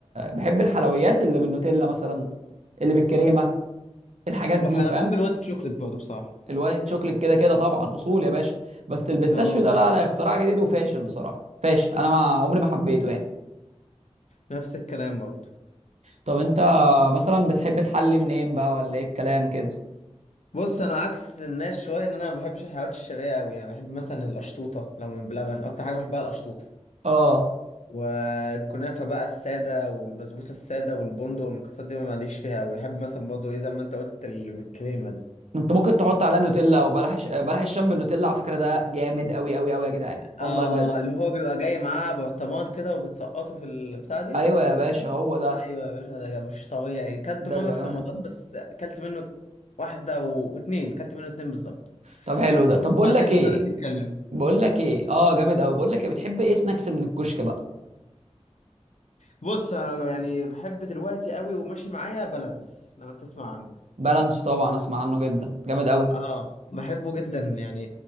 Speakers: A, on the right; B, on the left.
A: بحب الحلويات اللي بالنوتيلا مثلا اللي بالكريمه الحاجات
B: وبح...
A: دي
B: انا
A: فاهم
B: بحب الوايت شوكليت برضه بصراحة
A: الوايت شوكليت كده كده طبعا اصول يا باشا بس البيستاشيو
B: اه
A: ده لا لا اختراع جديد وفاشل بصراحه فاشل انا ما عمري ما حبيته يعني
B: نفس الكلام برضه
A: طب انت مثلا بتحب تحلي من ايه بقى ولا ايه الكلام كده
B: بص انا عكس الناس شويه ان انا ما بحبش الحلويات الشرقيه قوي يعني بحب مثلا القشطوطه لو من بلبن اكتر حاجه بحبها القشطوطه
A: اه
B: والكنافه بقى الساده والبسبوسه الساده والبندق والمكسرات دي ماليش فيها قوي بحب مثلا برضه ايه زي ما انت قلت اللي بالكريمه دي
A: انت ممكن تحط عليها نوتيلا او بلح ش... بلح الشام بالنوتيلا على فكره ده جامد قوي قوي قوي يا جدعان والله
B: اه
A: بجد
B: اللي هو بيبقى جاي معاه برطمان كده وبتسقطه في البتاع دي
A: ايوه يا
B: في النوتيلا
A: باشا هو ده
B: ايوه يا باشا ده مش طبيعي كلت
A: ده
B: مره
A: بيبقى
B: في
A: جامد
B: رمضان
A: قوي
B: بس كلت منه واحده و- واتنين كلت منه اتنين بالظبط
A: طب حلو ده طب
B: تسمع
A: بقول
B: ده
A: لك
B: انت
A: ايه
B: مش قادر تتكلم
A: بقول لك ايه اه جامد قوي بقول لك ايه بتحب ايه سناكس من الكشك بقى
B: بص انا يعني بحب دلوقتي قوي وماشي معايا بالانس لو انت تسمع عنه
A: بالانس طبعا اسمع عنه جدا جامد قوي
B: اه بحبه جدا يعني